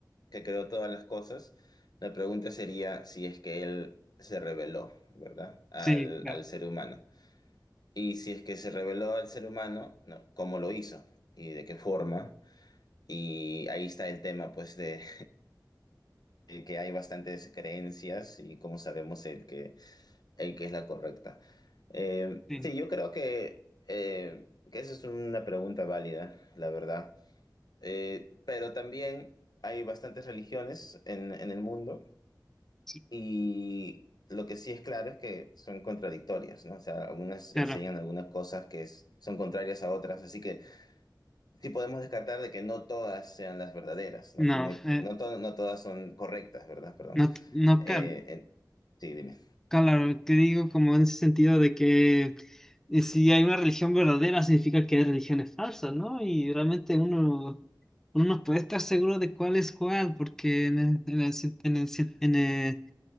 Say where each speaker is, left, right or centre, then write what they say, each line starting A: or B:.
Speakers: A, on the left; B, in the centre.
A: que creó todas las cosas, la pregunta sería si es que Él se reveló, ¿verdad? Al,
B: Sí, claro,
A: al ser humano. Y si es que se reveló al ser humano, no, ¿cómo lo hizo? ¿Y de qué forma? Y ahí está el tema, pues, de <laughs> que hay bastantes creencias y como sabemos el que el que es la correcta. Eh,
B: sí,
A: sí, yo creo que, eh, que esa es una pregunta válida, la verdad. Eh, pero también hay bastantes religiones en, en el mundo
B: sí,
A: y lo que sí es claro es que son contradictorias, ¿no? O sea, algunas
B: claro.
A: enseñan algunas cosas que es- son contrarias a otras, así que sí podemos descartar de que no todas sean las verdaderas,
B: No,
A: ¿no? Tiene,
B: eh,
A: no, to- no todas son correctas, ¿verdad? Perdón.
B: no, no,
A: Eh,
B: ca-
A: en- sí, dime.
B: claro, que digo como en ese sentido de que eh, si hay una religión verdadera significa que hay religiones falsas, ¿no? Y realmente uno, uno no puede estar seguro de cuál es cuál, porque en el- en el cien- en el cien- en el-